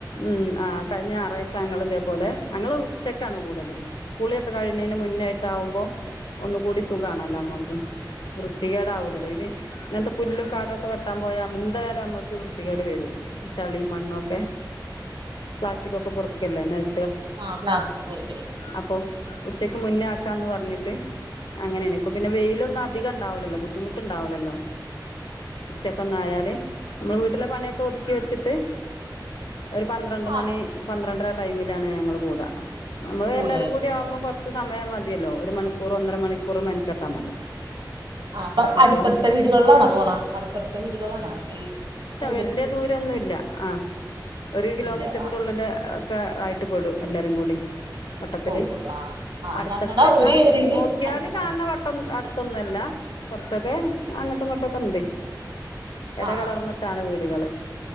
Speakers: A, on the left; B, on the right.
A: മ് ആഹ് കഴിഞ്ഞ ഞാറാഴ്ച്ച ഞങ്ങള് ഇതേപോലെ ഞങ്ങള് ഉച്ചക്കാണ് കൂടല്. കുളിയൊക്കെ കഴിയണേന് മുന്നെയായിട്ടാവുമ്പോ ഒന്ന്കൂടി സുഖാണല്ലോ നമ്മക്ക്. വൃത്തികേടാവൂല്ലല്ലോ ഇത് ഇന്നത്തെ പുല്ലും കാടോക്കെ വെട്ടാൻ പോയാ നമ് എന്തായാലും നമ്മക്ക് വൃത്തികേട് വരും. ചളീം മണ്ണൊക്കെ പ്ലാസ്റ്റിക്കൊക്കെ പെറുക്കല്ലേ നെല്
B: ആഹ് പ്ലാസ്റ്റിക് പെറ്
A: അപ്പം ഉച്ചയ്ക്ക് മുന്നേ ആക്കാന്ന് പറഞ്ഞിട്ട് അങ്ങനെയാണ് ഇപ്പം പിന്നെ വെയിലൊന്നധികം ഇണ്ടാവുല്ലല്ലോ ബുദ്ധിമുട്ടുണ്ടാവുല്ലല്ലോ. ഉച്ചക്കൊന്നായാല് നമ്മള് വീട്ടിലെ പണിയൊക്കെ ഒതുക്കി വെച്ചിട്ട് ഒരു പന്ത്രണ്ട്
B: ആ
A: മണി പന്ത്രണ്ടര ടൈമിലാണ് ഞങ്ങള് കൂട. നമ്മള്
B: കൂടേല്
A: എല്ലാരും കൂടി ആവുമ്പോം കൊറച്ച് സമയം മതിയല്ലോ, ഒരു മണിക്കൂറ് ഒന്നര മണിക്കൂറ് മെനക്കെട്ടാ മതി.
B: ആഹ് അപ്പ
A: അപ്പോ
B: അടുത്തടുത്ത വീടുകളിലാണ പോണ, അടുത്തടുത്ത വീടുകളാണ ഈ കൂ
A: വല്യ ദൂരോന്നുല്ല. ആഹ് ഒരു കിലോമീറ്ററിന്റെ
B: ഇല്ല ആ
A: ഉള്ളില് ഒക്കെ ആയിട്ട് പെടും എല്ലാരും കൂടി. വട്ടത്തില്
B: പോകുള്ളൂ ആ ആ
A: അടുത്തടുത്തല്ല
B: ഞങ്ങടെ ഒരു ഏരിയയില്
A: നോക്കിയാല്
B: അടു
A: കാണണ
B: ആ
A: വട് ട്ടം അടുത്തൊന്നു അല്ല, കൊറച്ചൊക്കെ അങ്ങോട്ടും ഇങ്ങോട്ടൊക്കെ ഉണ്ട്, എടകലർന്ന്
B: ആ ആ ആ
A: ട്ടാണ് വീടുകള്,